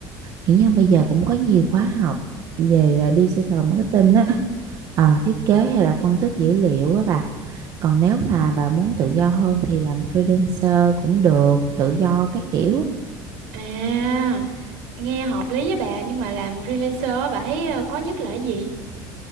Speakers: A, on the right; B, on the right.
A: Kiểu như bây giờ cũng có nhiều khóa học về à, digital marketing á. Ờ, thiết kế hay là phân tích dữ liệu á bà. Còn nếu mà bà muốn tự do hơn thì làm freelancer cũng được, tự do các kiểu.
B: À, nghe hợp lý với bà nhưng mà làm freelancer á, bà thấy à, khó nhất là cái gì?